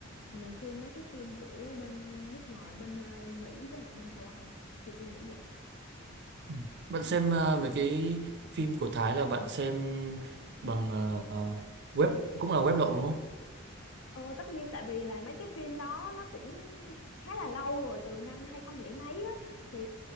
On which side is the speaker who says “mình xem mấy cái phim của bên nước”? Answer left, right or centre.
Left